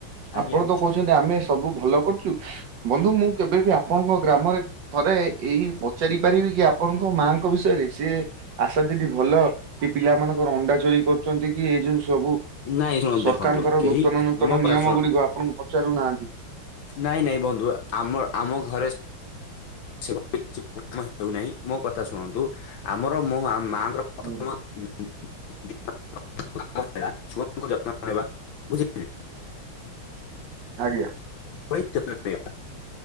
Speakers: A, on the left; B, on the right.
A: ଆଜ୍ଞା
B: ଆପଣ ତ କହୁଚନ୍ତି ଆମେ ସବୁ ଭଲ ବନ୍ଧୁ ମୁଁ କେବେବି ଆପଣଙ୍କ ଗ୍ରାମରେ ଥରେ ଏଇ ପଚାରି ପାରିବି କି? ଆପଣଙ୍କ ମାଙ୍କ ବିଷୟରେ ସିଏ ଆଶା ଦିଦି ଭଲ କି ପିଲାମାନ ପର ଅଣ୍ଡା ଚୋରି କରୁଚନ୍ତି କି ଏଇ ସବୁ
A: ନାଇଁ ଶୁଣ
B: ସରକାରଙ୍କର
A: ଦେଖନ୍ତୁ କେହି
B: ନୂତନ ନୂତନ
A: ମୋ କଥା
B: ନିୟମ
A: ଶୁଣ
B: ଗୁଡିକ ଆପଣଙ୍କୁ ପଚାରୁନାହାନ୍ତି।
A: ନାଇଁ ନାଇଁ ବନ୍ଧୁ ଆମର ଆମ ଘରେ <unintelligible> ହେଉନାହିଁ ମୋ କଥା ଶୁଣନ୍ତୁ ଆମର ମୋ ମା ପ୍ରଥମ
B: ହୁଁ
A: <unintelligible> <unintelligible> ଛୁଆଙ୍କୁ ଯତ୍ନ ନେବା ବୁଝିଲେ।
B: ଆଜ୍ଞା।
A: <unintelligible>